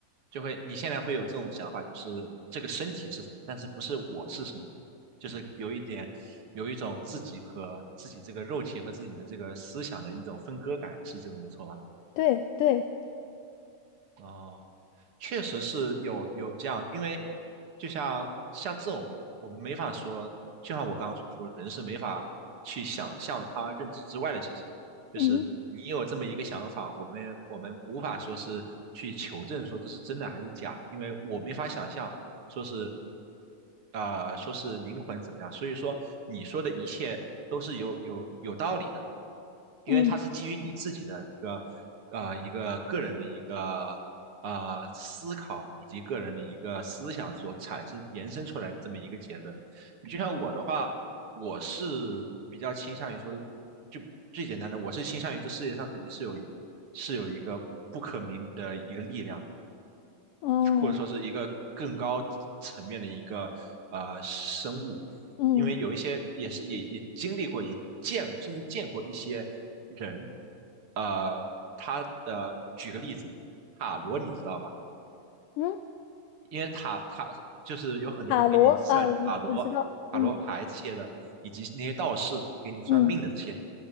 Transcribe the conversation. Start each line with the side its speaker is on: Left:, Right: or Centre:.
Right: 就会你现在会有这种想法，就是这个身体是什么，但是不是我是什么，就是有一点有一种自己和自己这个肉体和自己的这个思想的一种分割感，是这个没错吧？
Left: 对对，
Right: 哦，确实是有有这样，因为就像像这种，我们没法说，就像我刚刚所说，人是没法去想象他认知之外的事情。就是你有这么一个想法，
Left: 嗯
Right: 我们我们无法说是去求证说这是真的还是假的，因为我没法想象说是啊、呃说是灵魂怎么样。所以说你说的一切都是有有有道理的。因为它是基于你自己的一个啊一个个人的一个啊，
Left: 嗯
Right: 思考以及个人的一个思想所产生延伸出来的这么一个结论。你就像我的话，我是比较倾向于说，就最简单的，我是倾向于这世界上肯定是有是有一个不可名的一个力量，
Left: 哦
Right: 或者说是一个更高层面的一个呃生物，
Left: 嗯
Right: 因为有一些也是也也经历过，也见甚至见过一些人，呃，他的举个例子，塔罗你知道吧？
Left: 嗯，
Right: 因为塔塔就是有很多人给你算塔罗、
Left: 塔罗啊，我我知道，嗯
Right: 塔罗牌这些的，以及那些道士给你算命的这些，
Left: 嗯